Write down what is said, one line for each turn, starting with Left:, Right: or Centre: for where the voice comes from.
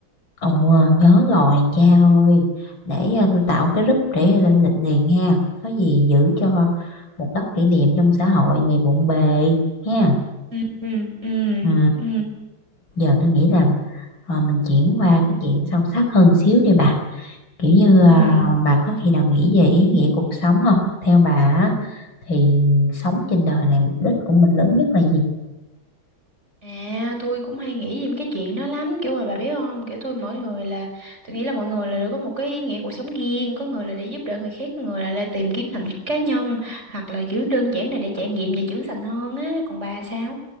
Left: Ồ, nhớ rồi cha ơi. Để à, tôi tạo cái group để lên lịch liền ha. Có gì giữ cho một góc kỷ niệm trong xã hội này bộn bề ha.
Right: Ừ, ừ, ừ,
Left: Ừ,
Right: ừ,
Left: giờ tôi nghĩ là ờ, mình chuyển qua cái chuyện sâu sắc hơn xíu đi bà. Kiểu như ờ,
Right: ừ.
Left: bà có khi nào nghĩ về ý nghĩa cuộc sống không? Theo bà á, thì sống trên đời này mục đích của mình lớn nhất là gì?
Right: À, tôi cũng hay nghĩ về mấy cái chuyện đó lắm, kiểu mà bà biết không, kiểu tôi mỗi người là, tôi nghĩ là mọi người là đều có một cái ý nghĩa cuộc sống riêng, có người là để giúp đỡ người khác, có người là để tìm kiếm hạnh phúc cá nhân, hoặc là kiểu đơn giản là để trải nghiệm và trưởng thành hơn á, còn bà sao?